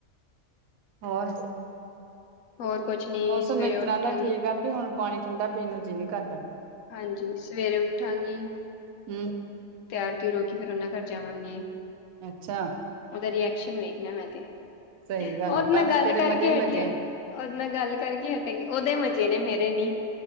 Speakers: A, on the right; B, on the left.
A: ਹੋਰ
B: ਹੋਰ ਕੁਛ ਨੀ
A: ਮੌਸਮ
B: ਸਵੇਰੇ
A: ਇਸ
B: ਉੱਠਾਂਗੀ
A: ਤਰ੍ਹਾਂ ਦਾ ਠੀਕ ਆ। ਹੁਣ ਪਾਣੀ ਠੰਢਾ ਪੀਣ ਨੂੰ ਜੀਅ ਨੀਂ ਕਰਦਾਂ।
B: ਹਾਂਜੀ ਸਵੇਰੇ ਉੱਠਾਂਗੀ।
A: ਹਮ।
B: ਤਿਆਰ ਤਿਊਰ ਹੋਕੇ ਫ਼ਿਰ ਉਹਨਾਂ ਘਰ ਜਾਂਵਾਂਗੇ।
A: ਅੱਛਾ।
B: ਉਹਦਾ ਰੀਐਕਸ਼ਨ ਵੇਖਣਾਂ ਮੈਂ ਤੇ।
A: ਸਹੀ ਗੱਲ
B: ਉਹਦੇ
A: ਕੱਲ
B: ਨਾਲ਼ ਗੱਲ
A: ਤੇ ਤੇਰੇ
B: ਕਰਕੇ
A: ਮਜ਼ੇ ਮਜ਼ੇ
B: ਹਟੀ ਆ। ਉਹਦੇ ਨਾਲ਼ ਗੱਲ ਕਰਕੇ ਹਟੇਗੀ। ਉਹਦੇ ਮਜ਼ੇ ਨੇਂ ਮੇਰੇ ਨੀਂ।